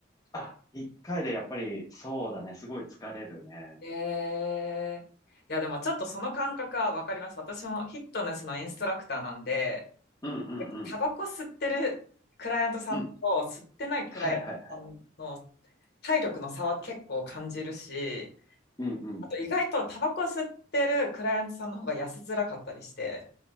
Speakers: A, on the left; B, on the left.
A: あ、1回でやっぱりそうだね、すごい疲れるね。
B: ええ。いや、でもちょっとその感覚はわかります。私もフィットネスのインストラクターなんで、
A: うんうんうん。
B: タバコ吸ってるクライアントさんと吸ってないクライアントさんの
A: うん。はいはいはい。
B: 体力の差は結構感じるし、
A: うんうん。
B: あと意外とタバコ吸ってるクライアントさんの方が痩せづらかったりして、